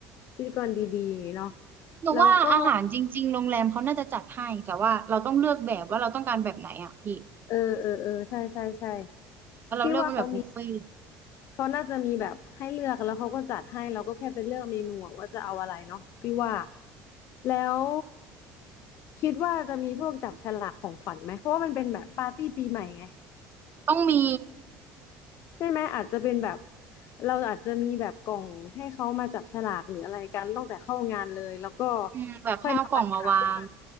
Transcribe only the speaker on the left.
พิธีกรดีๆอย่างงี้เนาะ
แล้วก็เออเออเออใช่ใช่ใช่
พี่ว่าเขามีเขาน่าจะมีแบบให้เลือกแล้วเขาก็จัดให้เราก็แค่ไปเลือกเมนูอะว่าจะเอาอะไรเนาะพี่ว่าแล้วคิดว่าจะมีพวกจับฉลากของขวัญไหมเพราะว่ามันเป็นแบบปาร์ตี้ปีใหม่ไง
ใช่ไหมอาจจะเป็นแบบเราอาจจะมีแบบกล่องให้เขามาจับฉลากหรืออะไรกันตั้งแต่เข้างานเลยแล้วก็
ค่อยมาประกาศว่า